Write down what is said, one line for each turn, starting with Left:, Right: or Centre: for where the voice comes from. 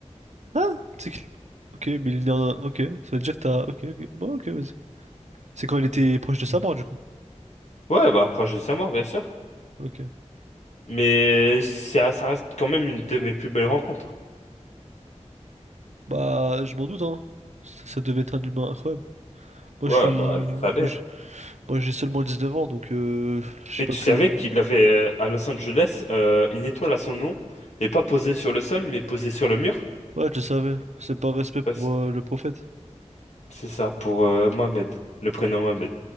Right: Ah! C'est qu'il- Ok, mais il est en... Ok, ça veut dire que t'as. Ok, ok. Bon, ok, vas-y. C'est quand il était proche de sa mort, du coup.
Left: Ouais, bah proche de sa mort, bien sûr.
Right: Ok.
Left: Mais ça, ça reste quand même une de mes plus belles rencontres.
Right: Bah, je m'en doute, hein. Ça, ça devait être un humain incroyable. Moi,
Left: Ouais,
Right: je suis.
Left: bah ça l'est.
Right: Moi, je- Moi, j'ai seulement 19 ans, donc euh, j'ai
Left: Mais
Right: pas
Left: tu
Right: pu.
Left: savais qu'il avait euh, à Los Angeles euh, une étoile à son nom, mais pas posée sur le sol, mais posée sur le mur?
Right: Ouais, je le savais. C'est par respect pour
Left: Parce-
Right: euh, le prophète.
Left: C'est ça, pour euh, Mohamed, le prénom Mohamed.